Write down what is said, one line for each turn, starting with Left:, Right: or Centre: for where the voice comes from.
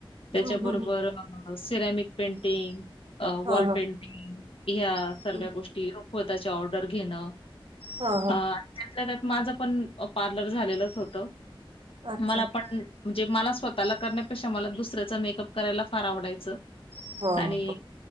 Left: त्यांच्याबरोबर
Right: हं, हं, हं.
Left: सिरॅमिक पेंटिंग. अ
Right: हां,
Left: वॉल
Right: हां.
Left: पेंटिंग या सर्व्या
Right: हं.
Left: गोष्टी, रूकवताच्या ऑर्डर घेणं.
Right: हां, हां.
Left: अ आणि त्यांतल्या त्यात माझं पण, पार्लर झालेलंच होत.
Right: अच्छा.
Left: मला पण, म्हणजे मला स्वतःला करण्यापेक्षा, मला दुसऱ्याचा मेकअप करायला फार आवडायचं.
Right: हां.
Left: आणि,